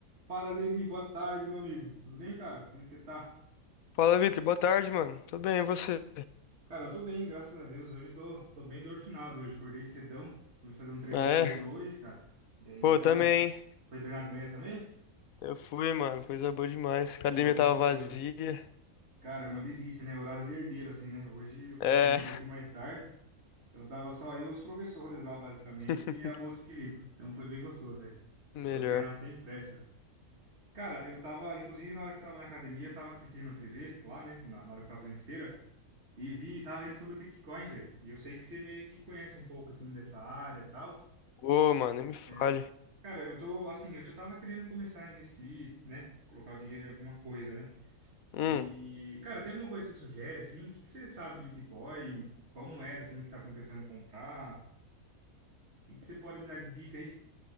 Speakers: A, on the right; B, on the left.
A: Fala, Levi, boa tarde, meu amigo. Tudo bem, cara? Como que você tá?
B: Fala, Vitor. Boa tarde, mano. Tô bem, e você?
A: Cara, eu tô bem, graças a Deus. Hoje eu tô, tô bem endorfinado hoje. Acordei cedão. Fui fazer um treino
B: Ah,
A: cedo
B: é?
A: hoje, cara. E aí
B: Pô,
A: já.
B: também. hein?
A: Foi treinar de manhã também?
B: Eu fui, mano. Coisa boa demais. A academia
A: Pô, gostoso.
B: tava vazia.
A: Cara, é uma delícia, né? Horário de herdeiro, assim, né? Hoje eu
B: É.
A: consegui um pouquinho mais tarde. Então tava só eu e os professores lá, basicamente,
B: <laughs>
A: e a moça que limpa. Então foi bem gostoso, velho.
B: Melhor.
A: Deu pra treinar sem pressa. Cara, eu tava, inclusive na hora que eu tava na academia, eu tava assistindo TV lá, né? Na, na hora que eu tava fazendo esteira. E vi, tava vendo sobre o Bitcoin, velho. E eu sei que você meio que conhece um pouco assim dessa área e tal.
B: Ô, mano, nem me fale.
A: É, cara, eu tô assim, eu já tava querendo começar a investir, né? Colocar o dinheiro em alguma coisa, né?
B: Hum.
A: E, cara, tem alguma coisa que você sugere assim? O que que você sabe de Bitcoin? Qual moeda assim que tá compensando comprar? O que que você pode me dar de dica aí?